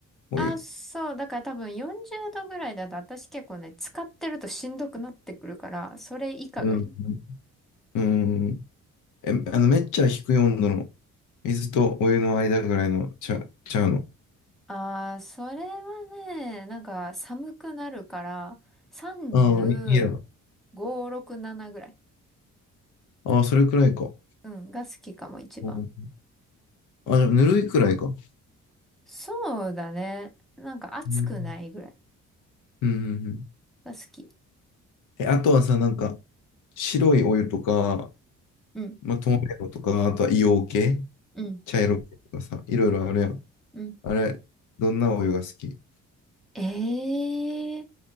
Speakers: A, on the left; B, in the centre.
A: お湯。
B: あ、そう。だから多分40度ぐらいだと私結構ね、使ってるとしんどくなってくるから、それ以下がいい。
A: うん。うん。え、あの、めっちゃ低い温度の水とお湯の間ぐらいのちゃ、ちゃうの。
B: ああ、それはね、なんか寒くなるから、35、
A: ああ、いいや。
B: 6、7ぐらい。
A: ああ、それくらいか。
B: うん、が好きかも一番。
A: うんあ、じゃあ、ぬるいくらいか。
B: そうだね。なんか暑くないぐらい
A: うんうんうんうん
B: が好き。
A: え、あとはさ、なんか、白いお湯とか、
B: うん、
A: まあ、透明度とか、あとは硫黄系、
B: うん、
A: 茶色系とかさ、いろいろあるやん。
B: うん。
A: あれ、どんなお湯が好き
B: ええ